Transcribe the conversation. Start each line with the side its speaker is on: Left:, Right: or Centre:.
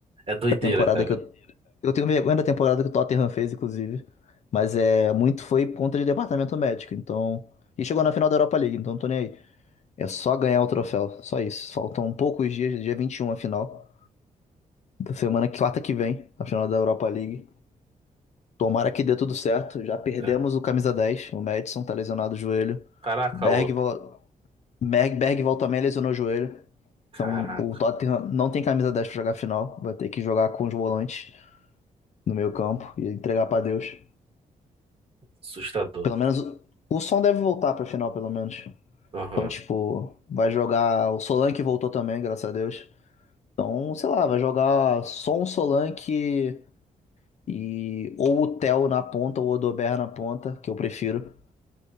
Right: É doideira,
Left: da temporada
Right: cara.
Left: que eu Eu tenho vergonha da temporada que o Tottenham fez, inclusive. Mas é muito foi por conta de departamento médico. Então. E chegou na final da Europa League, então não tô nem aí. É só ganhar o troféu. Só isso. Faltam poucos dias, dia 21 a final. Da semana, que- quarta que vem, a final da Europa League. Tomara que dê tudo certo. Já perdemos
Right: É.
Left: o camisa 10. O Madison tá lesionado o joelho.
Right: Caraca,
Left: Berg,
Right: ô.
Left: vol- Berg, Bergvall também lesionou o joelho. Então
Right: Caraca.
Left: o Tottenham não tem camisa 10 pra jogar a final. Vai ter que jogar com os volantes no meio campo e entregar pra Deus.
Right: Assustador.
Left: Pelo menos
Right: filho.
Left: o som deve voltar pra final, pelo menos.
Right: Aham.
Left: Então, tipo, vai jogar. O Solanke voltou também, graças a Deus. Então, sei lá, vai jogar só um Solanke e. Ou o Theo na ponta, ou o Odober na ponta, que eu prefiro.